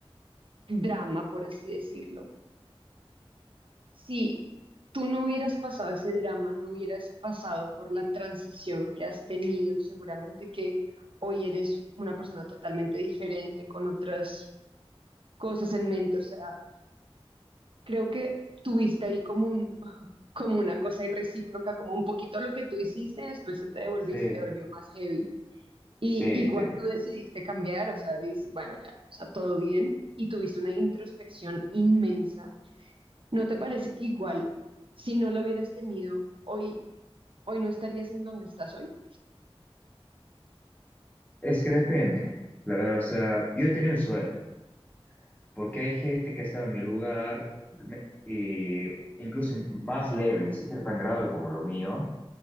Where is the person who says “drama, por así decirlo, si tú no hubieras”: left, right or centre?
Right